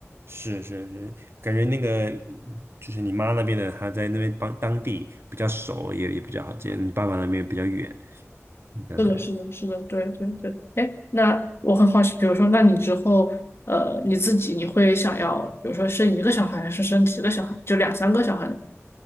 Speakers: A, on the right; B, on the left.
A: 是是是，感觉那个嗯就是你妈那边的，她在那边帮当地比较熟，也也比较好接，你爸爸那边比较远，当然。
B: 是的，是的，是的，对对对。哎，那我很好奇，比如说，那你之后，呃，你自己你会想要，比如说生一个小孩，还是生几个小孩，就两三个小孩呢？